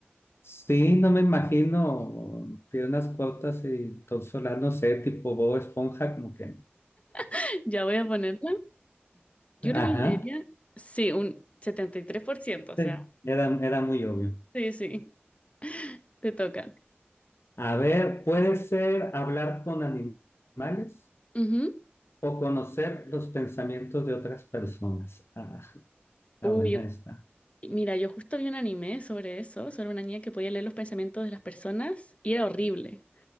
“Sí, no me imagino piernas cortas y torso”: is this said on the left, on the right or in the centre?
Left